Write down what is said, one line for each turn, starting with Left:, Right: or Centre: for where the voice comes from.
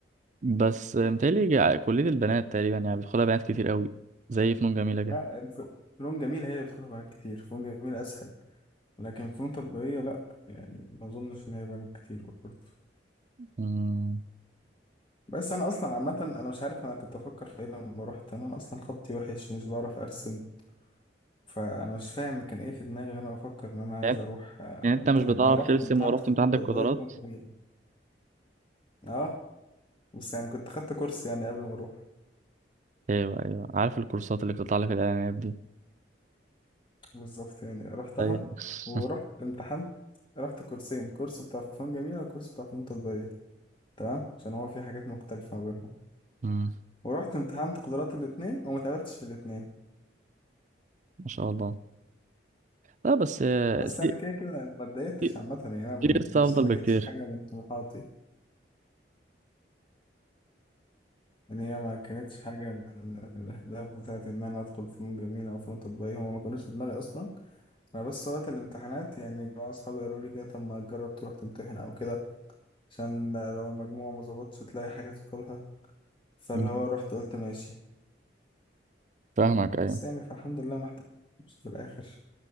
Right: بس آه، متهيألي ع- كلية البنات تقريبا يعني بيدخلها بنات كتير قوي زي فنون جميلة كده
Left: لا، ف- فنون جميلة هي اللي بتدخلها بنات كتير فنون جميلة أسهل لكن فنون تطبيقية لأ يعني ما أظنش إن هي بنات كتير برضه
Right: امم
Left: بس أنا أصلا عامة أنا مش عارف أنا كنت أفكر في إيه لما روحت أنا أصلا خطي وحش ومش بعرف أرسم فانا مش فاهم كان ايه في دماغي وانا بفكر ان انا عايز
Right: يعني انت
Left: اروح آه،
Right: يعني انت
Left: امتحن
Right: مش بتعرف
Left: انا رحت
Right: ترسم
Left: كنت امتحنت
Right: ورحت
Left: في
Right: امتحان
Left: ماده
Right: عندك
Left: تضيق
Right: قدرات
Left: في ماده جميله اه بس يعني كنت خدت كورس يعني قبل ما اروح
Right: ايوه ايوه عارف الكورسات اللي بتطلع لك في الاعلانات دي
Left: بالظبط يعني رحتها
Right: ايوه <laughs>
Left: ورحت امتحنت رحت كورسين كورس بتاع فنون جميله وكورس بتاع فنون تطبيقيه تمام عشان هو في حاجات مختلفه ما بينهم
Right: مم.
Left: ورحت امتحنت قدرات الاثنين وما اتقبلتش في الاثنين
Right: ما شاء الله لا بس آه،
Left: بس
Right: سي
Left: انا كده كده ما اتضايقتش
Right: سي
Left: عامه يعني انا
Right: سي اس
Left: مش
Right: افضل
Left: ما
Right: بكتير
Left: كانتش حاجه من طموحاتي ان هي ما كانتش حاجه من الاهداف بتاعتي ان انا ادخل فنون جميله او فنون تطبيقيه هما ما كانوش في دماغي اصلا انا بس وقت الامتحانات يعني جماعه اصحابي قالوا لي كده طب ما تجرب تروح تمتحن او كده عشان لو المجموع ما ظبطش تلاقي حاجه تدخلها فاللي
Right: مم.
Left: هو رحت قلت ماشي
Right: فاهمك ايوه
Left: بس يعني فالحمد لله ما احتجتش في الاخر